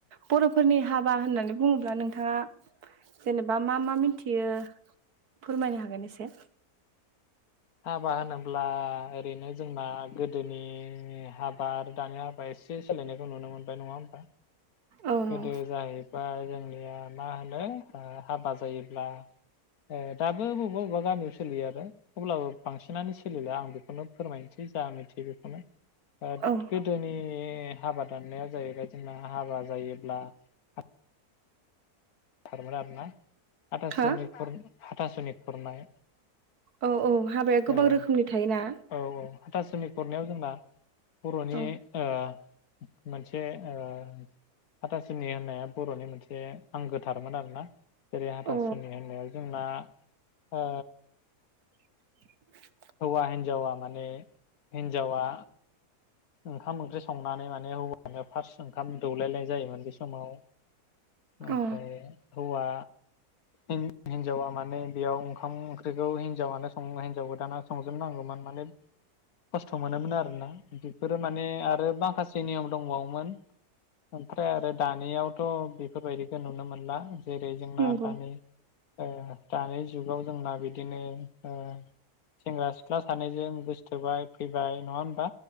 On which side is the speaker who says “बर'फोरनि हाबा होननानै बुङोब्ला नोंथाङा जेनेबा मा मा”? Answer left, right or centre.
Right